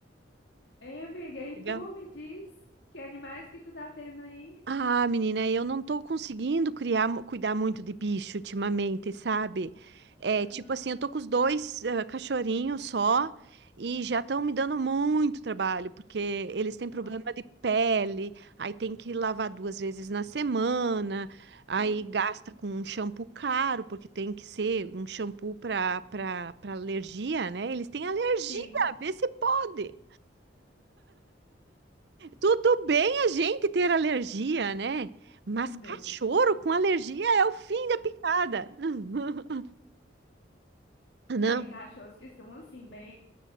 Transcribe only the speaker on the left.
Hein, amiga? E
tu me diz que animais que tu tá tendo aí?
Ah,
nossa.
Uhum.
Sim,
bem.
Tem cachorros que são assim, bem